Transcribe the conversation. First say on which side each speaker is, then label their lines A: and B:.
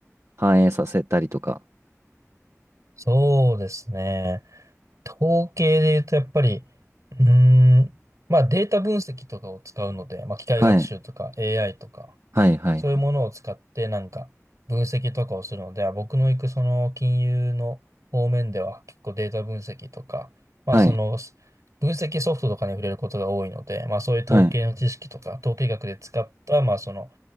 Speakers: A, on the right; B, on the right.
A: 反映させたりとか。
B: そうですね。統計で言うとやっぱり、うーん、まあデータ分析とかを使うので、まあ機械学習とか
A: はい。
B: AI とか、
A: はい、はい、
B: そういうものを使ってなんか分析とかをするので、
A: はい。
B: あ僕の行くその金融の方面では結構データ分析とか、まあそのす分析ソフトとかに触れることが多いので、
A: はい、
B: まあそういう統計の知識とか、
A: はい、
B: 統計学で使った、まあその、